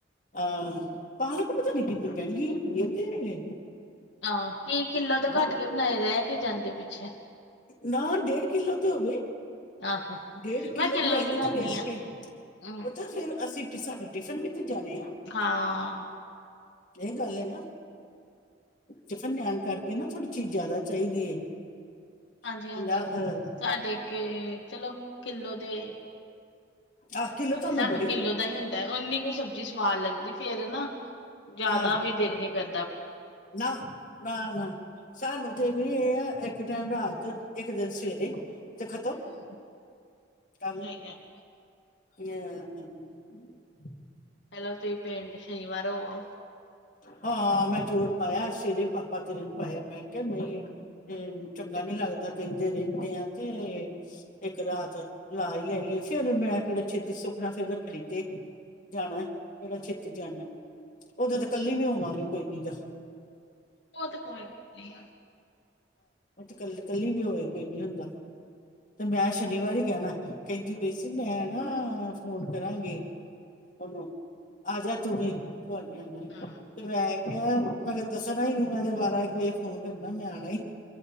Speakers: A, on the left (about 45°); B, on the left (about 70°).
A: ਆਹ ਪਾਲਕ ਪਤਾ ਨੀ ਕਿੰਨੀ ਮਹਿੰਗੀ ਦਿੱਤੀ
B: ਆਹ ਕੀ ਕਿੱਲੋ ਤਾਂ
A: ਹਨਾ
B: ਘੱਟ ਕੇ ਬਣਾਏ ਰਹਿ ਕੀ ਜਾਂਦੇ ਪਿੱਛੇ
A: ਨਾ ਦੇਖ ੇ ਕਿੱਲੋ ਤੇ ਹੋਵੇ
B: ਆਹੋ
A: ਡੇਢ ਕਿੱਲੋ
B: ਮੈਂ
A: ਹੋਏਗੀ
B: ਹੀ ਬਣਾਉਦੀ
A: ਤੇ ਨੇਸ
B: ਹਾਂ
A: ਕੇ
B: ਹਮ
A: ਉਹ ਤਾਂ ਫੇਿਰ ਅਸੀਂ ਪਿਸ ਟਿਫਿਨ ਵਿੱਚ ਜਾਣੇ ਆ
B: ਹਾਂ
A: ਇਹ ਗੱਲ ਹੈ ਨਾ ਟਿਫਨ ਲੀਆਣ ਕਰਕੇ ਨਾ ਥੋੜੀ ਚੀਜ਼ ਜ਼ਿਆਦਾ ਚਾਹੀਦੀ
B: ਹਾਂਜੀ
A: ਪੰਜਾਹ
B: ਹਾਂਜੀ।
A: ਅਹ
B: ਸਾਡੇ ਕੇ ਚਲੋ, ਕਿੱਲੋ ਤੇ
A: ਆਹ ਕਿਲੋ ਤੁਹਾਨੂੰ
B: ਸਾਨੂੰ
A: ਬੜੀ
B: ਕਿੱਲੋ ਦਾ ਹੀ ਹੁੰਦਾ, ਉਨੀ ਉਹ ਸਬਜ਼ੀ ਸਵਾਦ ਲੱਗਦੀ, ਫੇਰ ਨਾ ਜ਼ਿਆਦਾ
A: ਹਾਂ
B: ਵੀ ਦਿਲ ਨੀ ਕਰ
A: ਨਾ, ਨਾ, ਨਾ। ਸਾਨੂੰ
B: ਹਮ।
A: ਤੇ ਵੀ ਇਹ ਆ ਇੱਕ ਟੈਮ ਰਾਤ, ਇੱਕ ਦਿਨ ਸਵੇਰੇ। ਤੇ ਖਤਮ
B: ਹੂੰ,
A: ਕੰਮ
B: ਸਹੀ ਗੱਲ।
A: <inaudible>
B: ਪਹਿਲੇ ਤੁਸੀਂ ਪਿੰਡ ਸ਼ਨੀਵਾਰ ਹੋ ਆਓ।
A: ਹਾਂ ਮੈਂ ਜ਼ੋਰ ਪਾਇਆ, ਸ਼ੇਰੇ ਪਾਪਾ ਤੇਰੇ ਨੂੰ ਪਾਇਆ। ਮੈਂ ਕਿਹਾ ਨਹੀਂ ਤੇ ਚੰਗਾ ਨੀ ਲੱਗਦਾ, ਕਹਿੰਦੇ ਰਹਿੰਨੇ ਆ, ਤੇ ਇੱਕ ਰਾਤ ਲਾ ਹੀ ਆਈਏ, ਫੇਰ ਮੈਂ ਕਿਹੜਾ ਛੇਤੀ ਸੁਖਣਾ ਫੇਰ ਰੱਖੜੀ ਤੇ ਜਾਣਾ ਕਿਹੜਾ ਛੇਤੀ ਜਾਣਾ। ਉਦੋਂ ਤ ਕੱਲੀ ਵੀ ਹੋਵਾਂਗੀ ਕੋਈ ਜਾਓ
B: ਉਹ ਤ ਕੋਈ ਨੀ
A: ਕੱਲ, ਕੱਲੀ ਵੀ ਹੋਵੇ ਕੋਈ ਨੀ ਹੁੰਦਾ ਤੇ ਮੈਂ ਸ਼ਨੀਵਾਰ ਹੀ ਕਹਿਣਾ ਕਹਿੰਦੀ ਪਈ ਸੀ ਮੈਂ ਨਾ ਫੋਨ ਕਰਾਂਗੇ ਉਹਨੂੰ, ਆਜਾ ਤੂੰਂ ਵੀ <unintelligible>
B: ਹਮ
A: ਤੇ ਮੈਂ ਆ ਕਿਹਾ, ਆ ਦੱਸਣਾ ਹੀ ਨੀ ਮੈ ਦੇ ਬਾਰਾ-ਇਕ ਫੋਨ ਕਰਨਾ ਮੈਂ ਆਣਾ